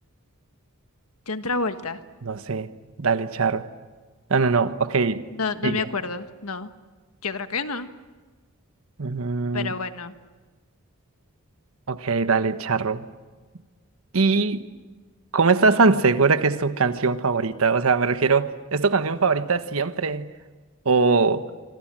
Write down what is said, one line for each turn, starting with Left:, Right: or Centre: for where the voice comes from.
Left: John Travolta.
Right: No sé. Dale, Charo. No, no, no. Ok,
Left: No, no
Right: sigue.
Left: me acuerdo. No. Yo creo que no.
Right: Mm,
Left: Pero bueno.
Right: ok, dale, charro. ¿Y cómo estás tan segura que es tu canción favorita? O sea, me refiero, ¿es tu canción favorita siempre? O,